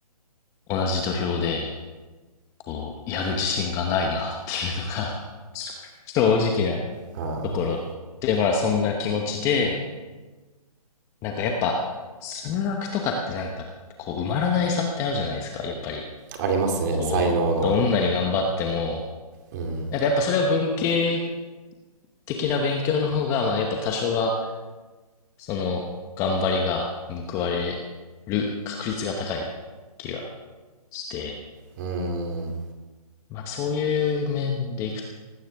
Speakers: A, on the left; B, on the right.
A: 同じ土俵で、こう、やる自信がないなっていうのが <laughs> 正直な
B: あ
A: ところ。で、まあ、そんな気持ちで、なんかやっぱ、数学とかってなんか、こう、埋まらない差ってあるじゃないですか。やっぱり、
B: あありますね才能の
A: こう、どんなに頑張っても、
B: うん
A: なんかやっぱそれは文系的な勉強の方が、まあ、やっぱ多少は、その、頑張りが報われる確率が高い気がして、
B: うーん
A: まあ、そういう面でいく、